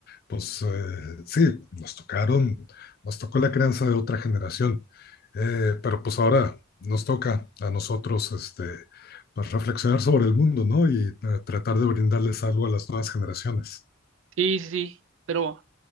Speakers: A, on the left; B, on the right.
A: pues eh, sí, nos tocaron, nos tocó la crianza de otra generación, Eh, pero pues ahora nos toca a nosotros este, pues, reflexionar sobre el mundo, ¿no? Y eh, tratar de brindarles algo a las nuevas generaciones.
B: Sí, sí, sí, pero,